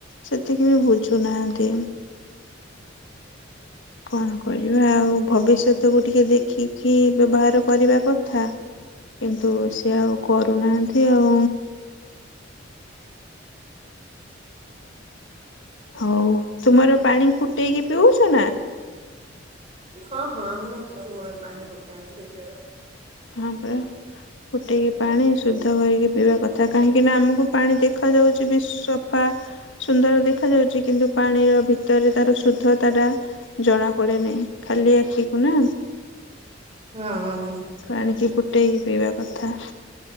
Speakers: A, on the left (about 65°); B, on the right (about 30°).
A: ସେତିକି ବି ବୁଝୁ ସୁୁନାନ୍ତିି କଣ କରିବା ଆଉ। ଭବିଷ୍ୟତକୁ ଟିକେ ଦେଖିକି ବ୍ୟବହାର କରିବା କଥା କିନ୍ତୁ ସେ ଆଉ। କରୁନାହାନ୍ତି ଆଉ। ହଉ ତୁମର ପାଣି ଫୁଟେଇକି ପିଉଛ ନା।
B: ହଁ ହଁ ଆମର ସବୁବେଳେ ପାଣି ଫୁଟା ହେଇ ପିଆ
A: ହଁ ପରା ଫୁଟେଇ ପାଣି ଶୁଦ୍ଧ କରିକି ପିଇବା କଥା। କାହିଁକି ନା ଆମକୁ ପାଣି ଦେଖାଯାଉଛି ବି ସଫା ସୁନ୍ଦର ଦେଖାଯାଉଛି କିନ୍ତୁ ପାଣି ଭିତରେ ତାର ଶୁଦ୍ଧ କଥା ଟା ଜଣା ପଡେ ନାହିଁ। ଖାଲି ଆଖିକୁ ନା
B: ହଁ।
A: ପାଣିକି ଫୁଟେଇକି ପିଇବା କଥା।